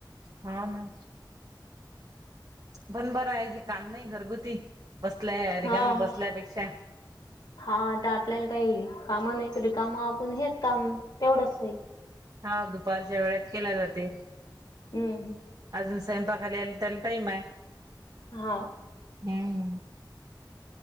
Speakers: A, on the right; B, on the left.
A: हा ना. पण बरं आहे हे काम नाही घरगुती बसल्या
B: हा
A: रिकामा
B: हा
A: बसल्यापेक्षा?
B: हा आता आपल्याला काही कामं नाही रिकाम हेच कामं तेवढंचही.
A: हा दुपारच्या वेळात केल्या जाते.
B: हम्म हम्म
A: अजून स्वयंपाकाला यायला टाईम आहे.
B: हा.
A: हम्म